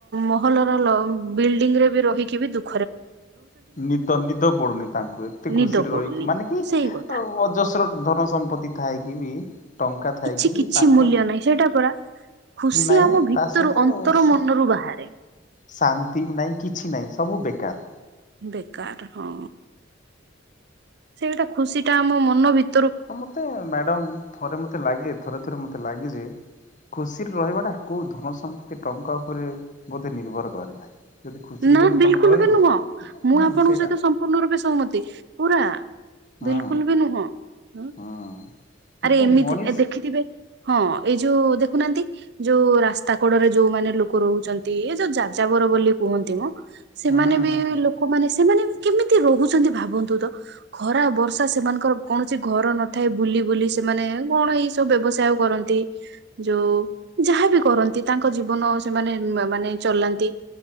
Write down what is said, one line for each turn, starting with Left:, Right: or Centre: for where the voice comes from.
Right: ମହଲ ର ବିଲ୍ଡିଂ ରେ ବି ରହିକି ବି ଦୁଖ
Left: ନିଦ ନିଦ ପଡୁନି ତାଙ୍କୁ। ଏତେ
Right: ନିଦ
Left: ଖୁସିରେ
Right: ପଡୁନି
Left: ରହିକି ମାନେ କି
Right: ସେଇ କଥା
Left: ଅଜସ ଧନ ସମ୍ପତ୍ତି ଥାଏକି ବି ଟଙ୍କା ଥାଇକି
Right: କିଛି କିଛି
Left: ବି ତାଙ୍କ
Right: ମୂଲ୍ୟ ନାହିଁ ସେଇଟା ପରା। ଖୁସି
Left: ନାହିଁ
Right: ଆମ ଭିତରୁ
Left: ତା ସହିତ
Right: ଅନ୍ତର
Left: ସୁ
Right: ମନରୁ ବାହାରେ।
Left: ଶାନ୍ତି ନାହିଁ କିଛି ନାହିଁ ସବୁ ବେକାର।
Right: ବେକାର ହଁ। ସେଇଟା ଖୁସି ଟା ଆମ ମନ ଭିତ
Left: ତ ମତେ ମ୍ୟାଡମ ଥରେ ମତେ ଲାଗେ। ଥରେ ଥରେ ମତେ ଲାଗେ ଯେ ଖୁସି ରେ ରହିବା ଟା କୋଉ ଧନ ସମ୍ପତ୍ତି ଟଙ୍କା ଉପରେ ବୋଧେ ନିର୍ଭର କରେ ନାହିଁ। ଯଦି ଖୁସିରେ
Right: ନା
Left: ଯଦି
Right: ବିଲକୁଲ
Left: ତମେ ରହିବ
Right: ବି ନୁହଁ ମୁଁ
Left: ହୁଁ
Right: ଆପଣଙ୍କ
Left: ସେଇଟା
Right: ସହିତ ସମ୍ପୂର୍ଣ୍ଣ ରୂପେ ସହମତି ପୁରା।
Left: ହୁଁ
Right: ବିଲକୁଲ ବି ନୁହଁ। ହଁ
Left: ହୁଁ କିନ୍ତୁ
Right: ଆରେ ଏମିତି
Left: ମଣିଷ
Right: ଦେଖିଥିବେ ହଁ ଏଇ ଯୋଉ ଦେଖ। ଦେଖୁନାହାନ୍ତି ଯୋଉ ରାସ୍ତା କଡରେ ଯୋଉମାନୋନେ ଲୋକ ରହୁଛନ୍ତି ଏ ଯୋଉ ଯାଜାବର ବୋଲି କୁହନ୍ତି ମ। ସେମାନେ
Left: ହୁଁ
Right: ବି
Left: ହୁଁ
Right: ଲୋକମାନେ ସେମାନେ ବି। କେମିତି ରହୁଛନ୍ତି ଭାବନ୍ତୁ ତ ଖରା ବର୍ଷା ସେମାନଙ୍କର କୌଣସି ଘର ନଥାଏ ବୁଲି ବୁଲି ସେ। ସେମାନେ କଣ ଏଇ ସବୁ ବ୍ୟବସାୟ କରନ୍ତି ଯୋଉ ଯାହାବି କରନ୍ତି ତାଙ୍କ ଜୀବନ। ସେମାନେ ମାନେ ଚଲାନ୍ତି।